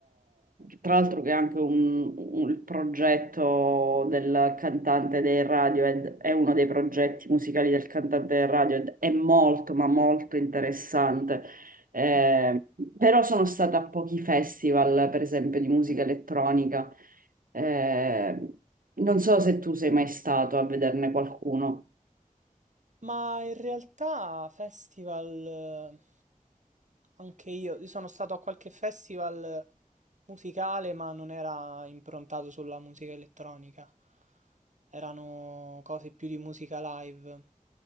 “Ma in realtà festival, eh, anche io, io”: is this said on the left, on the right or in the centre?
Right